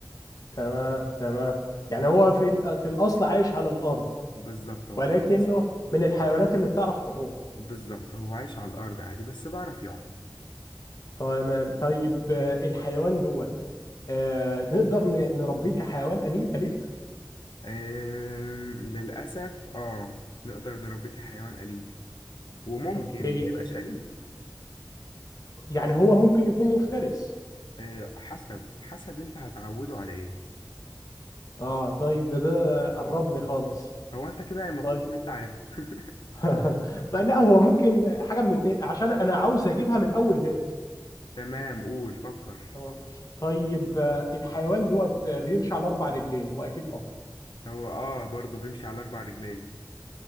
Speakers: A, on the left; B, on the left.
A: تمام تمام يعني هو في ال- في الأصل عايش على الأرض
B: بالظبط هو
A: ولكنه
B: في مصر
A: من الحيوانات اللي بتعرف تعوم
B: بالظبط هو عايش على الارض عادي بس بعرف يعوم
A: تمام طيب آه، الحيوان دوت آه، نقدر ن- نربيه كحيوان أني- أليف
B: آم للاسف اه نقدر نربيه كحيوان اليف وممكن
A: اوكي
B: ما يبقاش اليف
A: يعني هو ممكن يكون مفترس
B: آه حسب حسب انت هتعوده على ايه
A: اه طيب ده ده قربني خالص
B: هو انت كده المفروض
A: طيب
B: ان انت عرفت <laughs>
A: <laughs> طيب لا هو ممكن حاجه من اتنين عشان انا عاوز اجيبها من اول هيت
B: تمام قول فكر
A: اه طيب آه، الحيوان دوت آه، بيمشي على اربع رجلين واكيد اه
B: هو اه برضه بيمشي على اربع رجلين